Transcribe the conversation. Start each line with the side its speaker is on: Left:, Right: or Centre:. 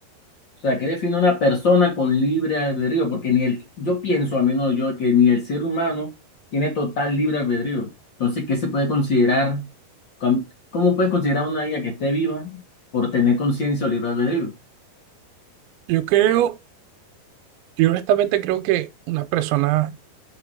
Left: O sea, ¿qué define a una persona con libre albedrío? Porque ni el, yo pienso, al menos yo, que ni el ser humano tiene total libre albedrío. Entonces, ¿qué se puede considerar? cuan- ¿Cómo puedes considerar a una vida que esté viva por tener conciencia o libre albedrío?
Right: Yo creo Yo honestamente creo que una persona